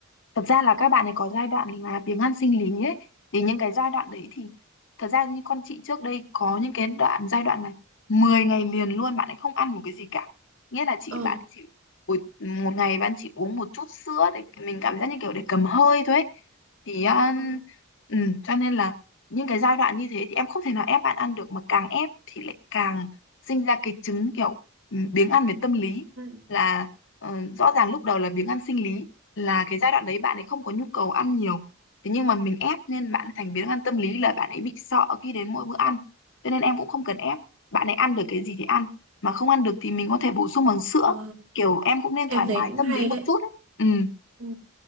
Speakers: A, on the left (about 60°); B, on the right (about 65°).
A: thật ra là các bạn ấy có giai đoạn là biếng ăn sinh lý ấy thì những cái giai đoạn đấy thì thật ra như con chị trước đây có những cái đoạn giai đoạn là 10 ngày liền luôn bạn ấy không ăn một cái gì cả nghĩa là chị
B: ờ
A: bạn ấy chỉ buổi một ngày bạn chỉ uống một chút sữa để mình cảm giác như kiểu để cầm hơi thôi ấy. thì um,
B: Ờ,
A: ừ, cho nên là những cái giai đoạn như thế thì em không thể nào ép bạn ăn được mà càng ép thì lại càng sinh ra cái chứng kiểu ừ, biếng ăn về tâm lý
B: ừ,
A: là ờ, rõ ràng lúc đầu là biếng ăn sinh lý là cái giai đoạn đấy bạn ấy không có nhu cầu ăn nhiều thế nhưng mà mình ép nên bạn ấy thành biến ăn tâm lý là bạn ấy bị sợ khi đến mỗi bữa ăn cho nên em cũng không cần
B: ừ,
A: ép bạn ấy ăn được cái gì thì ăn mà không ăn được thì mình có thể bổ sung bằng sữa
B: ờ
A: kiểu em cũng nên
B: em
A: thoải
B: thấy
A: mái
B: cũng
A: tâm
B: hay
A: lý một
B: đấy
A: chút ấy. ừ
B: ừ,